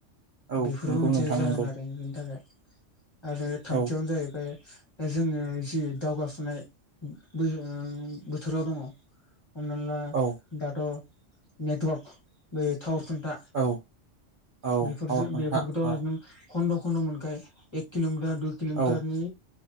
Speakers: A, on the right (about 55°); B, on the left (about 25°).
A: औ
B: बेफोरबो
A: नंगौ
B: मोनसे
A: नोंथां
B: जाहोन
A: नंगौ
B: आरो बिनि थाखाय। आरो थामथियावनो
A: औ
B: जाहैबाय दा जोङो जि दावगाफुनाय बोजोङो बोथोराव दङ। हमना ला
A: औ
B: दाथ' नेटवर्क बे थावार खुन्था
A: औ औ
B: बेफोरजों
A: टावार खुन्था
B: बेफोरखौथ'
A: औ
B: नों खन्द' खन्द' मोनखायो एक किल'मिटार दुइ किल'मिटारनि
A: औ